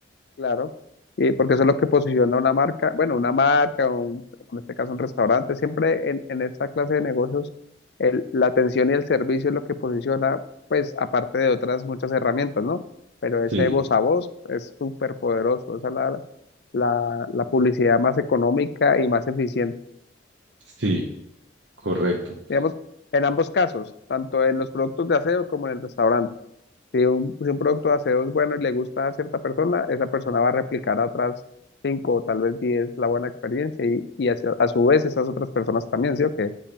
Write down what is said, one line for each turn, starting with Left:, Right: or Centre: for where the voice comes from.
Left: claro. Y porque eso es lo que posiciona una marca, bueno, una marca, un- en este caso un restaurante, siempre en, en esta clase de negocios, el- la atención y el servicio es lo que posiciona, pues aparte de otras muchas herramientas, ¿no? Pero ese
Right: Sí,
Left: voz a voz es súper poderoso, esa es la, la, la publicidad más económica y más eficiente,
Right: sí, correcto.
Left: digamos, en ambos casos, tanto en los productos de aseo como en el restaurante. Si un, si un producto de aseo es bueno y le gusta a cierta persona, esa persona va a replicar a otras cinco o tal vez diez la buena experiencia y, y hacia- a su vez esas otras personas también, ¿sí o qué?